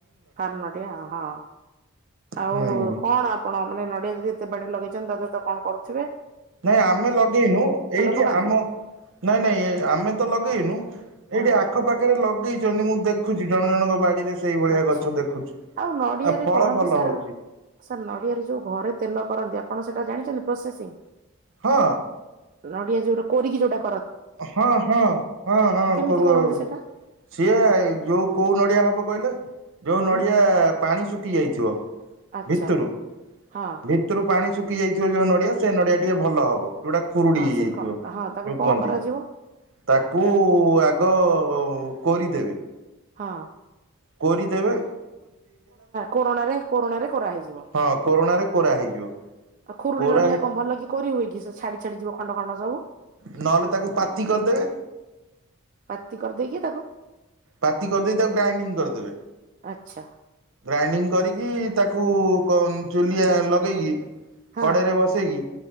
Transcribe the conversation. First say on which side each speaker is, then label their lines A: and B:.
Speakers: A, on the right (about 35°); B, on the right (about 60°).
A: ଫାର୍ମ ନଡିଆ ହଁ ଆଉ
B: ହୁଁ
A: କଣ? କଣ ମାନେ ନଡ଼ିଆ ଯଦି ଏତେ ବାଡ଼ିରେ ଲଗେଇଛନ୍ତି ତା ଦେହେରେ ତ କଣ କରୁିବେ
B: ନାଇଁ ଆମେ ଲଗେଇନୁ ଏଇଠି
A: ପକାନ୍ତି
B: ଆମ ନାଇଁ ନାଇଁ ଏ ଆମେ ତ ଲଗେଇନୁ ଏଇଠି
A: ହଁ
B: ଆଖ ପାଖରେ ଲଗେଇଛନ୍ତି ମୁଁ ଦେଖୁଛି ଜଣ ଜଣଙ୍କ ବାଡିରେ ସେଇଭଳିଆ
A: ଆଚ୍ଛା
B: ଗଛ ଦେଖୁଛି।
A: ଆଉ ନଡିଆରେ
B: ଫଳ
A: କରନ୍ତି
B: ଭଲ
A: ସାର୍
B: ହଉଛି
A: ସାର୍ ନଡିଆରେ ଯୋଉ ଘରେ ତେଲ କରନ୍ତି ଆପଣ ସେଠା ତ ଜାଣିଛନ୍ତି ପ୍ରସେସିଂ
B: ହଁ
A: ନଡ଼ିଆ ଯୋଉଟା କରିକି ଯଉଟା
B: ହଁ ହଁ ହଁ ହଁ
A: କେମିତି
B: କରୁଅ
A: କରନ୍ତି
B: ଆଉ
A: ସେଟା?
B: ସିଏ ଯୋଉ କୋଉ ନଡିଆ ହବ କହିଲେ ଯୋଉ
A: ଆଜ୍ଞା
B: ନଡିଆ ପାଣି ଶୁଖି ଯାଇଥିବ
A: ଆଚ୍ଛା
B: ଭିତରୁ
A: ହଁ
B: ଭିତରୁ ପାଣି ଶୁଖି ପକି ଯାଇଥିବ ଯୋଉ ନଡ଼ିଆ ସେ ନଡ଼ିଆ ଟିକେ ଭଲ ହବ। ଯୋଉଟା ଖୁରୁଡି
A: ହଁ
B: ହେଇଯାଇଥିବ
A: ସେ କ ହଁ ତାକୁ
B: ଯୋଉ
A: କଣ
B: କୁହନ୍ତି।
A: କରାଯିବ?
B: ତାକୁ ଆଗ କୋରି ଦେବେ
A: ହଁ।
B: କୋରି ଦେବେ
A: କରୋଣା କୋରୋଣାରେ କୋରୋଣାରେ କରାହେଇଯିବ।
B: ହଁ କୋରଣାରେ କୋରା ହେଇଯିବ।
A: ଆଉ ଖୁରୁଡି
B: କୋରା
A: ନଡିଆ କଣ ଭଲ କି କୋଳି ହୁଏ କି ସେ ଛାଡି ଛାଡି ଯିବ ଖଣ୍ଡ ଖଣ୍ଡ ସବୁ
B: ନହେଲେ ତାକୁ ପାତି କରିଦେବେ
A: ପାତି କରିଦେଇକି ତାକୁ
B: ପାତି କରିଦେଇ ତାକୁ ଗ୍ରାଇଡିଙ୍ଗ କରିଦେବେ।
A: ଆଚ୍ଛା
B: ଗ୍ରାଇଣ୍ଡିଙ୍ଗ କରିକି ତାକୁ କଣ ଚୁଲିଆ ଲଗେଇକି।
A: ହଁ
B: କଡେଇରେ ବସେଇକି